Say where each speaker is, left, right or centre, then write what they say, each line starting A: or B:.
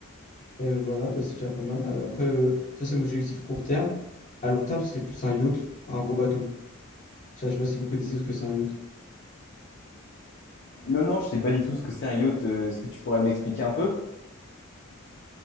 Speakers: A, on the left; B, on the left.
A: et voilà, bah, c'est déjà pas mal. Euh, Après, euh, ça c'est mon objectif court terme. À long terme, ce serait plus un yacht, un gros bateau. Ça, je sais pas si vous connaissez ce que c'est un yacht.
B: Non, non, je sais pas du tout ce que c'est un yacht. euh, Est-ce que tu pourrais m'expliquer un peu?